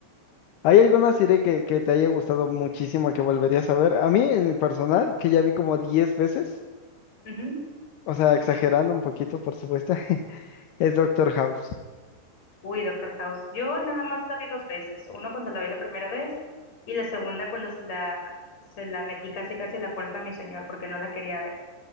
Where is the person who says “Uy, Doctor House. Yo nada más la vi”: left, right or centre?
Left